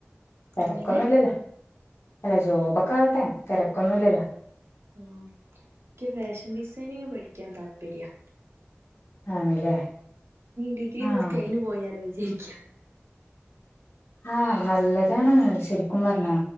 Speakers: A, on the left (about 75°); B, on the right (about 80°).
A: തെരക്കൊന്നുല്ലല്ലോ
B: എങ്ങനെ
A: അല്ല ജോബക്കെ ആവട്ടെ തിരക്കൊന്നുംല്ലല്ലോ
B: ആഹ് ഇയ്ക്ക് ഫാഷൻ ഡിസൈനിങ് പഠിക്കാൻ താല്പര്യാ
A: ആണ്ല്ലേ
B: ഡിഗ്രി
A: ആഹ്
B: നിർത്തി ഐന് പോയാലോ വിചാര്ക്യാ
A: ആഹ് നല്ലതാണ് ശെരിക്കും പർഞ്ഞാ